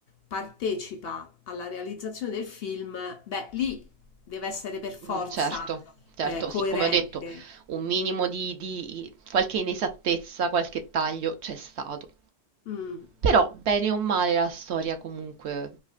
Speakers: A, on the left; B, on the right.
A: partecipa alla realizzazione del film, beh, lì deve essere per forza
B: mm, certo, certo,
A: eh, coerente.
B: sì, come ho detto, un minimo di, di qualche inesattezza, qualche taglio c'è stato.
A: Mm.
B: Però, bene o male, la storia comunque